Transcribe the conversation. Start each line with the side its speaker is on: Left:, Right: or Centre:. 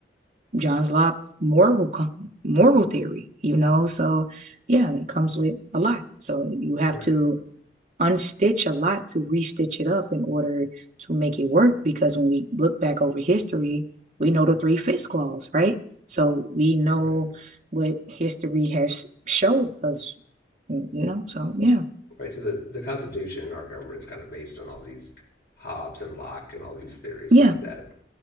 Right: John Locke moral moral theory, you know. So yeah, it comes with a lot. So you have
Left: Right,
Right: to unstitch a lot to restitch it up in order to make it work. Because when we look back over history, we know the three fifths clause, right? So we know
Left: right,
Right: what history has showed us, you know? So yeah,
Left: right. So the, the Constitution in our government is kind of based on all these Hobbes and Locke and all these theories
Right: yeah.
Left: like that.